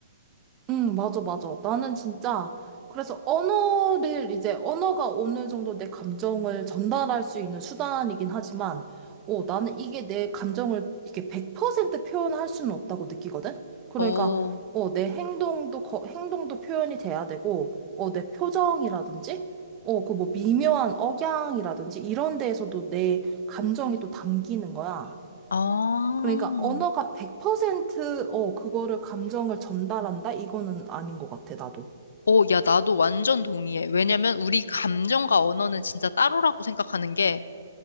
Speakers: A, on the right; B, on the left.
A: 응, 맞아, 맞아. 나는 진짜, 그래서 언어를 이제, 언어가 어느 정도 내 감정을 전달할 수 있는 수단이긴 하지만, 어, 나는 이게 내 감정을 이게 100% 표현할 수는 없다고 느끼거든? 그러니까,
B: 오,
A: 어, 내 행동도, 거- 행동도 표현이 돼야 되고, 어, 내 표정이라든지, 어, 그 뭐 미묘한 억양이라든지, 이런 데에서도 내 감정이 또 담기는 거야.
B: 아.
A: 그러니까 언어가 100% 어, 그거를 감정을 전달한다? 이거는 아닌 것 같아, 나도.
B: 오, 야, 나도 완전 동의해. 왜냐면 우리 감정과 언어는 진짜 따로라고 생각하는 게,